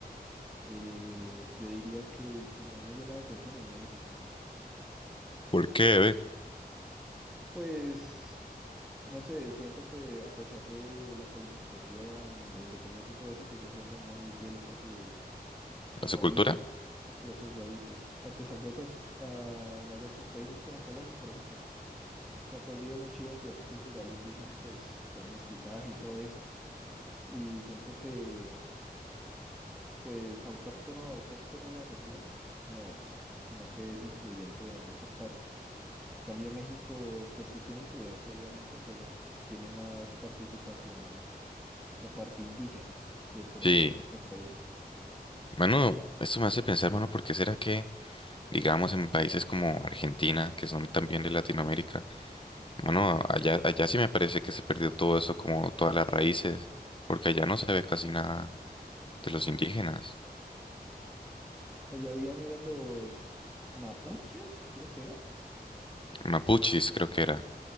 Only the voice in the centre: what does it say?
Eh, yo diría que el que más me llama la atención es México.
Pues, no sé, siento que a pesar de la colonización y la independencia y todo eso, siguen siendo muy fieles a sus
raíces.
Sí, a sus raíces. A pesar de otros, ah, además de otros países como Colombia, por ejemplo, se ha perdido mucha identidad cultural indígena, pues, por el mestizaje y todo eso. Y siento que Pues autóctono, autóctono de la región no es, sino que es influyente de muchas partes. En cambio, México, pues sí tiene influencia, obviamente, pero tiene más participación la parte indígena que, por
ejemplo, en otros países.
Allá habían, eran los mapuches, creo que era.